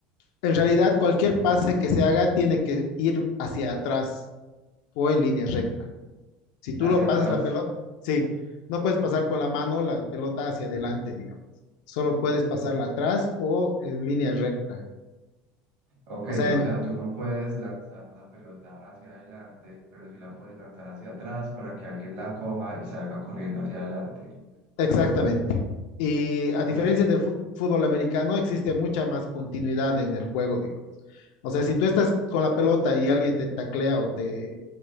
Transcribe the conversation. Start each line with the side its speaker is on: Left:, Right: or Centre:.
Left: En realidad, cualquier pase que se haga tiene que ir hacia atrás, o en línea recta. Si tú
Right: Hacia
Left: lo pasas
Right: atrás.
Left: la pelota, sí, no puedes pasar con la mano la pelota hacia adelante, digamos. Solo puedes pasarla atrás o en línea recta.
Right: Ok,
Left: O sea,
Right: o
Left: en-
Right: sea, tú no puedes lanzar la pelota hacia adelante, pero sí la puedes lanzar hacia atrás para que alguien la coja y salga corriendo hacia adelante.
Left: exactamente. Y a diferencia
Right: Eh,
Left: del fut- fútbol americano, existe mucha más continuidad en el juego, digo. O sea, si tú estás con la pelota y alguien te taclea o te